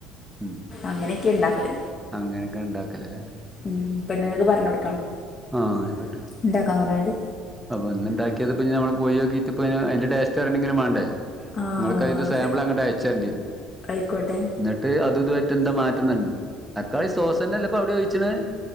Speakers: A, in the centre; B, on the left.
A: ഉം
B: അങ്ങനെയൊക്കെ ഉണ്ടാക്കല്
A: അങ്ങനെയൊക്കെ ഉണ്ടാക്കലല്ലേ
B: ഉം പെണ്ണ്ങ്ങൾക്ക് പറഞ്ഞ് കൊടുക്കാണ്ടോ
A: ആഹ് <unintelligible>
B: എന്താ <unintelligible>
A: അപ്പൊ എന്നിണ്ടാക്കിയത് പിന്നെ നമ്മൾ പോയി നോക്കിട്ട് ഇപ്പ അതിന്റെ ടേസ്റ്റ് <unintelligible> വേണ്ടേ
B: ആ
A: നിങ്ങൾക്ക് അതിന്റെ സാമ്പിളങ്ങട്ട്
B: അത്
A: അയച്ചരേണ്ടിവരും
B: ആയിക്കോട്ടെ
A: എന്നിട്ട് അത് ഇതുവയ്റ്റെന്താ മാറ്റുന്നുണ്ട് തക്കാളി സോസ തന്നെല്ലപ്പ അവിടോയിച്ചനത്